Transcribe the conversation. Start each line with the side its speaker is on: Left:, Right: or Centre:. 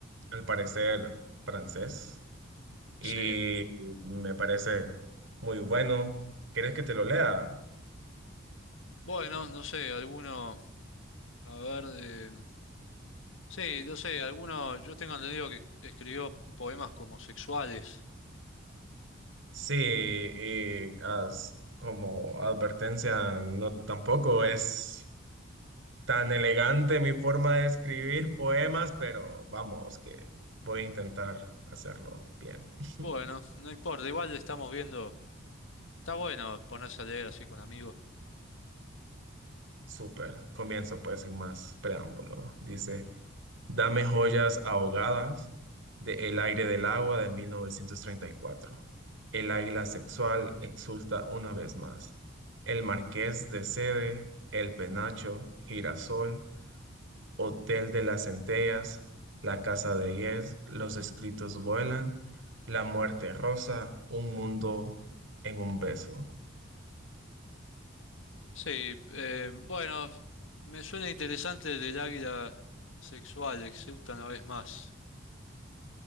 Right: al parecer francés y
Left: Sí.
Right: me parece muy bueno. ¿Quieres que te lo lea?
Left: Bueno, no sé, alguno, a ver, eh, sí, no sé, alguno, yo tengo entendido que escribió poemas como sexuales.
Right: Sí, y as- como advertencia, no tampoco es Tan elegante mi forma de escribir poemas, pero vamos, que voy a intentar hacerlo bien. <laughs>
Left: Bueno, no importa, igual estamos viendo, está bueno ponerse a leer así con amigos.
Right: Súper. Comienzo pues sin más preámbulo. Dice, Dame joyas ahogadas de El aire del agua de 1934. El águila sexual exulta una vez más. El marqués de Sede, el penacho, girasol, Hotel de las Centellas, La Casa de Yes, Los Escritos Vuelan, La Muerte Rosa, Un Mundo en un Beso.
Left: Sí, eh, bueno, f- me suena interesante del águila sexual, exulta una vez más.